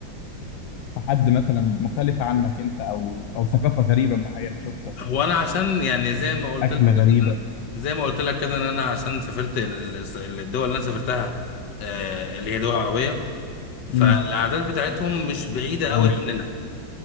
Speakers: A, on the left; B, on the left.
A: في حد مثلا مختلفة عنك أنت أو أو ثقافة غريبة معينة شفتها
B: هو انا عشان يعني زي ما قلت
A: أكلة
B: لك
A: غريبة
B: كده إن أنا- زي ما قلت لك كده ان انا عشان سافرت ال- ال- الدول اللي انا سافرتها آه، اللي هي دول عربيه فالاعداد
A: امم
B: بتاعتهم مش بعيده
A: تمام
B: قوي عننا